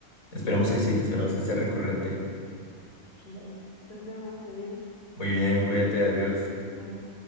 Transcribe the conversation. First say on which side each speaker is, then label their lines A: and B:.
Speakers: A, on the left (about 75°); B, on the left (about 45°).
A: Esperamos que sí, esperamos que sea recurrente.
B: Bueno, nos vemos, adiós,
A: Muy bien, cuídate, adiós.
B: bye.